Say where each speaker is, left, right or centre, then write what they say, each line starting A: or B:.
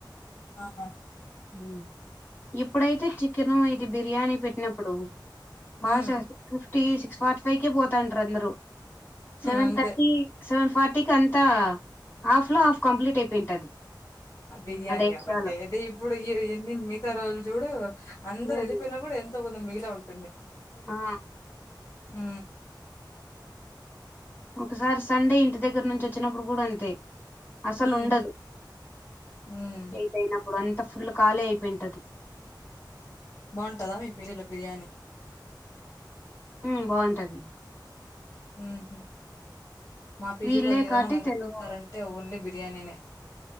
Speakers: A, on the left; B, on the left.
A: ఆహా
B: ఇప్పు ఇప్పుడైతే చికెన్ ఇది బిర్యానీ పెట్టినప్పుడు ఫస్
A: మ్మ్
B: సిస్ ఫిఫ్టీ ఫార్టీ ఫైవ్ కే పోతాండ్రందరు సెవెన్
A: అంతే
B: థర్టీ సెవెన్ ఫార్టీకి అంతా హాఫ్ లో హాఫ్ కంప్లీట్ అయిపోయింటది
A: బిర్యానీ
B: ఆ డేక్షాలో
A: గాబట్టి అదతే ఇప్పుడు నిమ్ మిగతా రోజుల్ చూడు అందరు
B: ఉమ్.
A: అలిపోయిన కూడా ఎంతంది మీలా ఉంటుంది
B: ఆ
A: ఉ
B: ఒకసారి సండే ఇంటి దగ్గర నుంచి వచ్చినప్పుడు కూడా అంతే అసలు
A: మ్మ్
B: ఉండదు
A: మ్మ్
B: ఏదైనా ఇప్పుడు అంత ఫుల్ ఖాళీ అయిపోయింటది
A: బాగుంటదా మీ పేర్లో బిర్యానీ
B: హా బాగుంటది
A: ఆహ మా పీజీలో
B: వీళ్ళే
A: ఏదైనా
B: కాటి
A: మంచిగా
B: తెలుగు
A: పెడతారంటే
B: వాళ్ళు.
A: ఓన్లీ బిర్యాని బిర్యానీనే